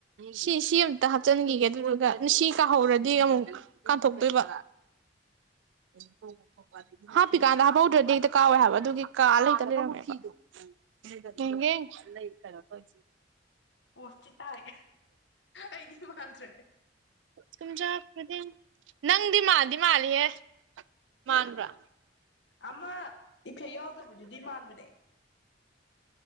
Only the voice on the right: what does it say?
ꯁꯤ ꯁꯤ ꯑꯃꯨꯝꯇ ꯍꯥꯞꯆꯤꯟꯈꯤꯒꯦ ꯑꯗꯨꯗꯨꯒ ꯉꯁꯤ ꯀꯥꯍꯧꯔꯗꯤ ꯑꯃꯨꯛ ꯀꯥꯟꯊꯣꯛꯇꯣꯏꯕ <inaudible> ꯍꯥꯞꯄꯤꯀꯥꯟꯗ ꯍꯥꯞꯄꯧꯗ꯭ꯔꯗꯤ ꯍꯦꯛꯇ ꯀꯥꯎꯋꯦ ꯍꯥꯏꯕ ꯑꯗꯨꯒꯤ ꯀꯥꯜꯂ ꯍ‌ꯦꯛꯇ ꯂꯩꯔꯝ ꯃ‌ꯦꯕꯥ ꯌ‌ꯦꯡꯒ‌ꯦ ꯌ‌ꯦꯡꯒ‌ꯦ
ꯀꯝꯖ ꯈꯨꯗꯤꯡ ꯅꯪꯗꯤ ꯃꯥꯟꯗꯤ ꯃꯥꯟꯂꯤꯍ‌ꯦ ꯃꯥꯟꯕ꯭ꯔꯥ